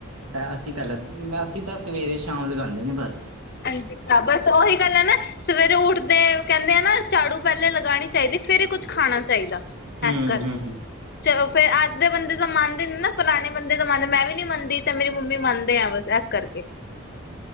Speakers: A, on the right; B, on the left.
A: ਤਾਂ ਅਸੀਂ ਪਹਿਲਾਂ ਅਸੀਂ ਸਵੇਰੇ- ਸ਼ਾਮ ਲਗਾਦੇ ਨੇ ਬਸ।
B: ਹਾਂਜੀ <inaudible> ਬਸ ਉਹੀ ਗੱਲ ਏ ਨਾ ਸਵੇਰੇ ਉੱਠਦੇ ਕਹਿੰਦੇ ਆ ਨਾ ਝਾੜੂ ਪਹਿਲੇ ਲਗਾਣੀ ਚਾਹੀਦੀ ਫੇਰ ਹੀ ਕੁੱਝ ਖਾਣਾ ਚਾਹੀਦਾ।
A: ਹੂੰ
B: ਇਸ ਕਰਕੇ,
A: ਹੂੰ
B: ਚ ਫੇਰ ਅੱਜ ਦੇ ਬੰਦੇ ਤਾ ਮਨ ਤੇ ਨਾ ਪੁਰਾਣੇ ਬੰਦੇ ਦਾ ਮੰਨਦ, ਮੈਂ ਵੀ ਨੀ ਮੰਨਦੀ ਤਾਂ ਮੇਰੀ ਮੰਮੀ ਮੰਨਦੇ ਆ ਇਸ ਕਰਕੇ।